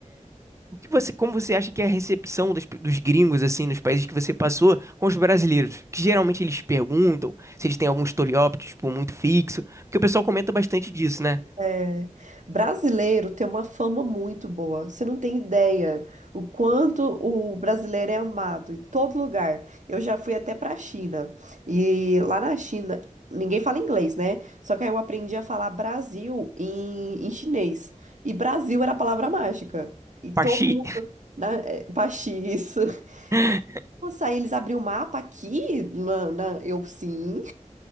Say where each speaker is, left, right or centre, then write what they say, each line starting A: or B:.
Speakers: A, on the right; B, on the right.
A: o que você, como você acha que é a recepção dos, dos gringos assim nos países que você passou com os brasileiros? Que geralmente eles perguntam se eles têm algum estereótipo tipo, muito fixo, porque o pessoal comenta bastante disso, né?
B: É, brasileiro tem uma fama muito boa. Você não tem ideia o quanto o brasileiro é amado em todo lugar. Eu já fui até para a China e lá na China ninguém fala inglês, né? Só que aí eu aprendi a falar Brasil em, em chinês e Brasil era a palavra mágica e todo
A: Paxi.
B: mundo, né, é, Paxi, isso. <laughs>
A: <laughs>
B: Nossa, aí eles abriram o mapa aqui na, na- eu sim.